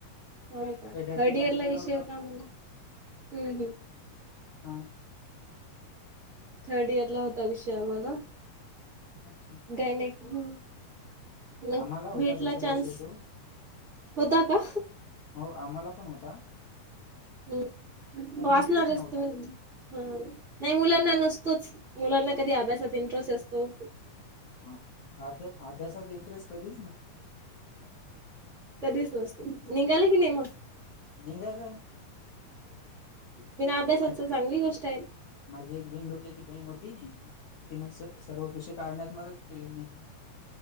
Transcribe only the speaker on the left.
पेडॅटिक
मध्ये
केलं
होतं
हा.
अच्छा.
आम्हाला होता
तसा
विषय तो
हो आम्हाला पण होता,
पण
इंटरेस्ट नव्हता.
हा, अभ्यासात इंटरेस्ट कधीच नाही.
निघालं.
माझी
माझी एक बीण डोक्याची बहीण होती. तिन स सर्व कुष काढण्यात मदत केली माझी.